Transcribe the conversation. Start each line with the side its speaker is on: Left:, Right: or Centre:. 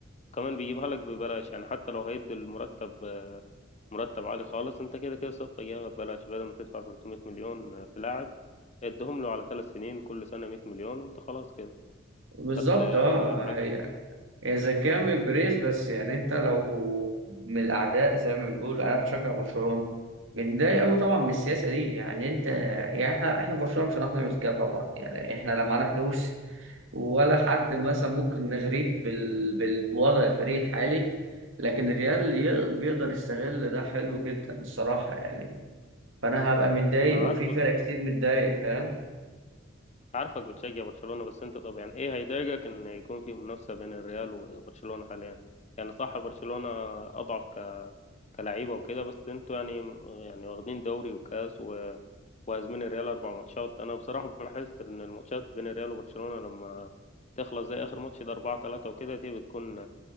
Left: كمان بيجيبها لك ببلاش يعني حتى لو هيدي المرتب مرتب عالي خالص انت كده كده صفقه جايبها ببلاش بدل ما تدفع 300 مليون في لاعب ادهم له على ثلاث سنين كل سنه 100 مليون وانت خلاص كده
Right: بالظبط
Left: خدت
Right: اه
Left: حاجه
Right: إذا كان من بريز بس يعني أنت لو من الأعداء زي ما بيقول أنا بشجع برشلونة متضايق أوي طبعا من السياسة دي يعني أنت يعني إحنا إحنا في برشلونة مش هنعرف نعمل كده طبعا يعني إحنا لا معانا فلوس ولا حد مثلا ممكن نغريب بال... بال- بوضع الفريق الحالي لكن الريال ي- بيقدر يستغل ده حلو جدا الصراحة يعني فأنا هبقى متضايق
Left: ما انا عارفك
Right: وفي فرق كتير متضايق فاهم
Left: عارفك بتشجع برشلونه بس انت طب يعني ايه هيضايقك ان يكون في منافسه بين الريال وبرشلونه حاليا يعني صح برشلونه اضعف ك- كلعيبه وكده بس انتوا يعني يعني واخدين دوري وكاس و وهازمين الريال اربع ماتشات انا بصراحه بحس ان الماتشات بين الريال وبرشلونه لما تخلص زي اخر ماتش ده 4 3 وكده دي بتكون